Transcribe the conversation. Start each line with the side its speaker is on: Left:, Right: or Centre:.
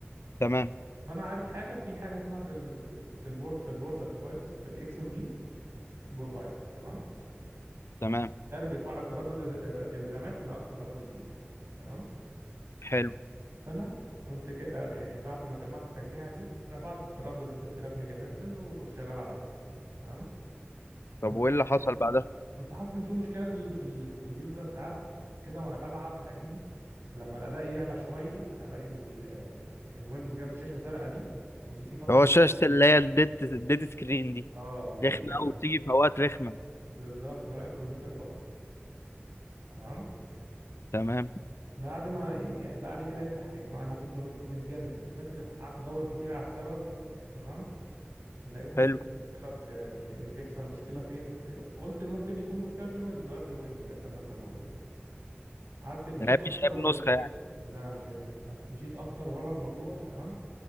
Left: تمام
Right: فانا عارف حاجه في حاجه اسمها في ال... في البور في البورده في البايوس الاكس ام بي بروفايل تمام
Left: تمام
Right: ده اللي بيرفع لك تردد الر- الرامات لاقصى تردد ليها تمام
Left: حلو
Right: فانا كنت جا... آه، يعني بعد ما جمعت التجميعه دي رفعت التردد ل 6000 ميجا هرتز وكنت شغال على كده تمام كنت
Left: طب وايه
Right: طب ح-
Left: اللي حصل بعدها
Right: كنت كنت حاسس ان في مشكله في ال... في الكمبيوتر ساعات كده وانا بلعب فاهمني لما الاداء يعلى شويه الاقي ال... الويندوز جاب لي شاشه زرقاء دي والبي سي فصل
Left: هو
Right: و...
Left: شاشة اللي هي الديت الديت سكرين دي
Right: اه ويبقى
Left: رخمة
Right: لا-
Left: قوي بتيجي في اوقات رخمة
Right: بالظبط ولا الكمبيوتر فصل تمام
Left: تمام
Right: بعد ما يعني بعد كده يفتح تاني ما انا كنت مت- متجنن انا كنت فاكر قعدت ادور كتير على السبب تمام لقيت ان
Left: حلو
Right: في مشكله ب... ان إن بيحصل مشكله فين في... قلت ممكن يكون مشكله في الويندوز غيرت الويندوز بيحصل نفس الموضوع قعدت مشيت
Left: العيب
Right: اكتر
Left: مش عيب
Right: ولا
Left: نسخة يعني
Right: لا مش عيب نص مشيت اكتر ولا الموضوع تمام